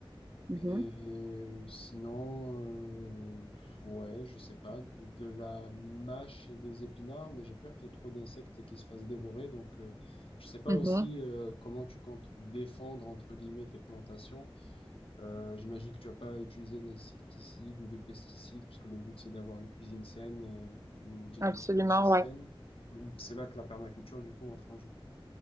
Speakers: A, on the right; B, on the left.
A: mhm,
B: Et euh, sinon, euh, ouais, je sais pas, de la mâche et des épinards, mais j'ai peur qu'il y ait trop d'insectes et qu'ils se fassent dévorer. Donc, euh, je sais pas
A: mhm.
B: aussi euh, comment tu comptes défendre, entre guillemets, tes plantations. Euh, j'imagine que tu vas pas utiliser d'insecticides ou de pesticides, parce que le but, c'est d'avoir une cuisine saine et une diététique
A: Absolument,
B: aussi saine.
A: ouais.
B: C'est là que la permaculture, du coup, entre en jeu.